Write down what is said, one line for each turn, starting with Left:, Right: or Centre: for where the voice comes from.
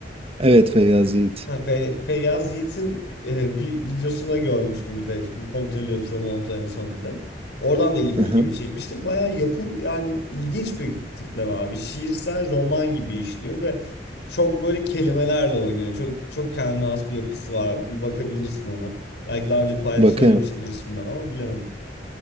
Right: Evet Feyyaz Yiğit.
Left: Ha, Fe- Feyyaz Yiğit'in e, bir videosuna görmüştüm bir de bu Kontrol Ötürü en son bir de. Oradan da il-
Right: Hı
Left: ilgimi çekmişti. Bayağı yapı yani ilginç bir tipleme abi. Şiirsel roman gibi işliyor ve çok böyle kelimelerle oynuyor. Çok çok kendine has bir yapısı var. Bir bakabilirsin ona. Belki daha önce pay
Right: Bakarım.
Left: söylemişimdir isminden ama bilemedim.